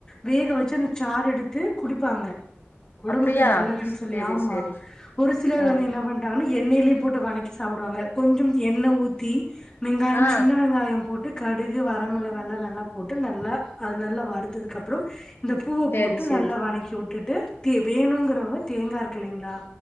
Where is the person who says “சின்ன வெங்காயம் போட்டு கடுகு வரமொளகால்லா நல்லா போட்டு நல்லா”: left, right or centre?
Left